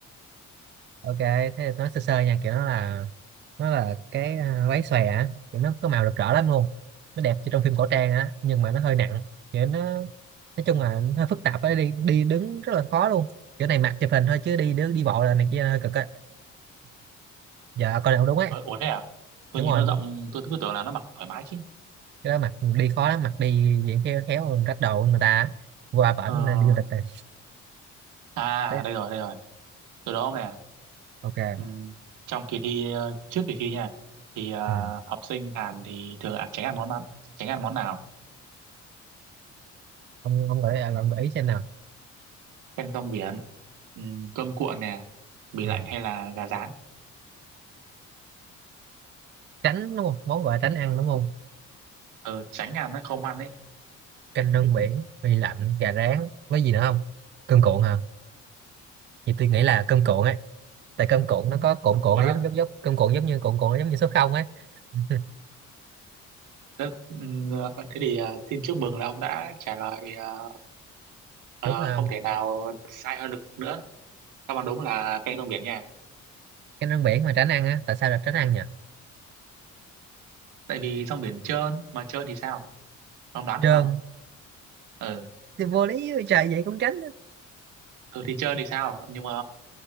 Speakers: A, on the right; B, on the right.
A: ok thế thì nói sơ sơ nha kiểu nó là nó là cái à, váy xòe á kiểu nó có màu rực rỡ lắm luôn nó đẹp như trong phim cổ trang á nhưng mà nó hơi nặng kiểu nó nói chung là nó hơi phức tạp á đi đi đứng rất là khó luôn kiểu này mặc chụp hình thôi chứ đi đứng đi bộ là này kia hơi cực á giờ con nào đúng ấy
B: Ờ, ủa thế à tôi
A: đúng
B: nhìn
A: rồi
B: nó rộng tôi cứ tưởng là nó mặc thoải mái chứ
A: cái đó mặc đi khó lắm mặc đi diện khéo khéo rách đồ người ta á. qua bển
B: ờ
A: đi du lịch rồi
B: à
A: Thế
B: đây rồi đây rồi tôi đố ông nè
A: ok
B: Ừ. Trong kỳ thi ờ, trước kỳ thi nha thì ờ,
A: ừ.
B: học sinh Hàn thì thường ăn tránh ăn món nào, tránh ăn món nào
A: ông ông gợi, à, ông gợi ý xem nào
B: canh rong biển ừ, cơm cuộn nè bì
A: Ờ,
B: lạnh hay là gà rán
A: tránh đúng không món gọi là tránh ăn đúng không
B: ờ, tránh ăn á không ăn ấy
A: canh rong biển mì lạnh gà rán với gì nữa không cơm cuộn hả thì tôi nghĩ là cơm cuộn ấy tại cơm cuộn nó có cuộn
B: cơm
A: cuộn
B: cuộn
A: nó
B: á
A: giống giống giống cơm cuộn giống như cuộn cuộn nó giống như số không ấy <laughs>
B: Thế, ừ, thế thì ờ, xin chúc mừng là ông đã trả lời ờ, ờ,
A: đúng không
B: không thể nào sai hơn được nữa đáp án đúng là canh rong biển nha
A: canh rong biển mà tránh ăn á tại sao là tránh ăn nhỉ
B: tại vì rong biển trơn mà trơn thì sao ông đoán
A: trơn
B: được không ừ,
A: thì vô lý vậy trời vậy cũng tránh á.
B: ừ thì trơn thì sao nhưng mà